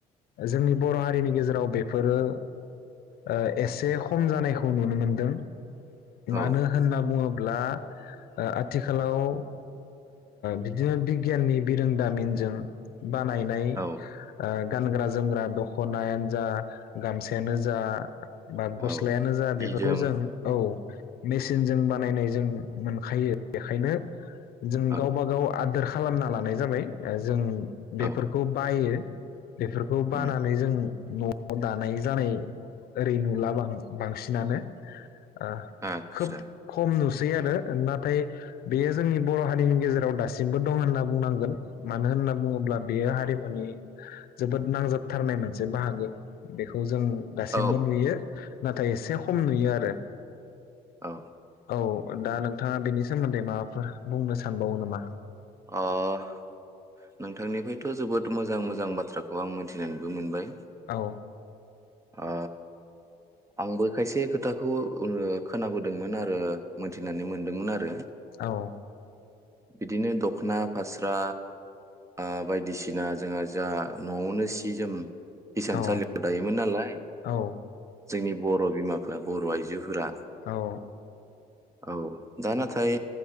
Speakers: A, on the left; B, on the right.
A: जोंनि बर' हारिनि गेजेराव बेफोरो ओ एसे खम जानायखौ नुनो मोनदों
B: औ
A: मानो होनना बुङोबा ब्ला आथिखालाव ओ बिदिनो बिगियाननि बिरोंदामिनजों बानायनाय
B: औ
A: आ गानग्रा जोमग्रा दख'नायानो जा गामसायानो जा जा बा
B: औ
A: गस्लायानो जा
B: जि
A: बेफोरखौ
B: जोम
A: जों औ मेसे सिनजों बानायनाय जों मोनखायो बेखायनो जों
B: औ
A: गावबा गाव आदोर खालामना लानाय जाबाय ओ जों बेफोरखौ
B: औ
A: बायो बेफोरखौ बानानै
B: उम
A: जों न'आव दानाय जानाय ओरै नुला बांसिनानो। ओ
B: आदसा
A: खोब खम नुस सै आरो नाथाय बेयो जोंनि बर' हारिनि गेजेराव दासिमबो दं होनना बुंनांगोन मानो होनना बुङोब्ला बेयो हारिमुनि जोबोद नांजाबथारनाय मोनसे बाहागो बेखौ जों दासिमबो
B: औ
A: नुयो नाथाय एसे खम नुयो आरो
B: औ
A: औ। दा नोंथाङा बेनि सोमोन्दै माबाफोर बुंनो सानबावो नामा
B: अ' नोंथांनिफ्रायथ' जोबोद मोजां मोजां बाथ्राखौ आं मिथिनानैबो मोनबाय।
A: औ
B: अ आंबो खायसे खोथाखौ ओ खोनाबोदोंमोन आरो मोनथिनानै मोनदोंमोन आरो।
A: औ
B: बिदिनो दख'ना फास्रा ओ बायदिसिना जोंहा जा न'आवनो सि जोम इसानसालियाव
A: औ
B: दायोमोन नालाय
A: औ
B: जोंनि बर' बिमाफ्रा बर' आइजोफोरा
A: औ
B: औ दा नाथाय